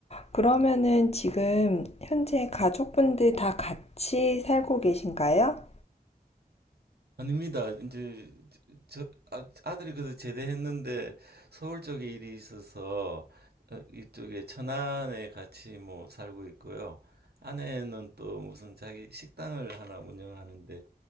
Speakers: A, on the left (about 40°); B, on the right (about 75°).
A: 그러면은 지금 현재 가족분들 다 같이 살고 계신가요?
B: 아닙니다. 이제 저 아- 아들이 그래도 제대했는데 서울 쪽에 일이 있어서 어, 이쪽에 천안에 같이 뭐 살고 있고요. 아내는 또 무슨 자기 식당을 하나 운영하는데